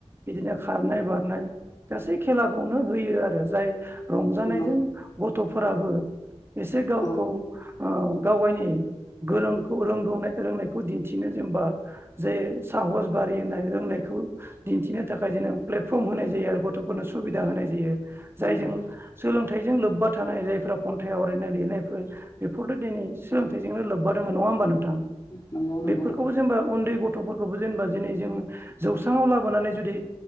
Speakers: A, on the right; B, on the left.
A: बिदिनो खारनाय बारनाय गासै खेलाखौनो होयो आरो जाय रंजानायजों
B: नंगौ
A: गथ' फोराबो एसे गावखौ
B: औ
A: ओ गाव गावनि गोरोंखौ रोंगौ रोंनायखौ दिन्थिनो जेनेबा जे साहस बारियो होननाय रोंनायखौ दिन्थिनो थाखाय जेन प्लेटफर्म होनाय जायो आरो गथ'फोरनो सुबिदा होनाय जायो जायजों
B: नंगौ
A: सोलों थायजों लोब्बा थानाय जायफ्रा खन्थाइ आवरायनाय लिरनायफोर बेफोरथ' दिनै सोलोंथाइजोंनो लोब्बा दङ' नङा होमबा नों थां
B: नंगौ नंगौ
A: बेफोरखौबो
B: नोंथां
A: जेनेबा उन्दै गथ थ'फोरखौबो जेनेबा दिनै जोङो जौसाङाव लाबोनानै जुदि